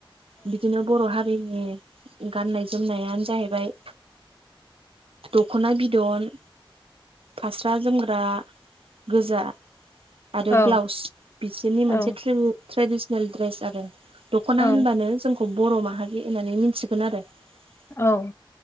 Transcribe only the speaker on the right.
बिदिनो बर' हारिनि गाननाय जोमनायानो जाहैबाय दख'ना बिदन । फास्रा जोमग्रा गोजा आरो
ब्लाउस बिसोरनि मोनसे
ट्रेडिसनेल दड्रेस आरो । दखना
होनबानो जोंखौ बर' माहारि होननानै मिथिगोन आरो ।